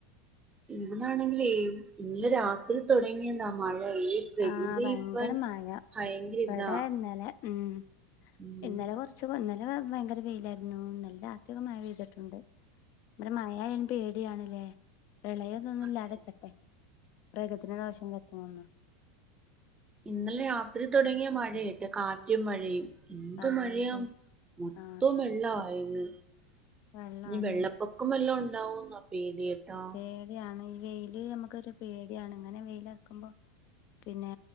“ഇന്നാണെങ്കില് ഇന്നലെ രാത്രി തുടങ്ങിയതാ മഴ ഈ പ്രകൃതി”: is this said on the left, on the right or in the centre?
Right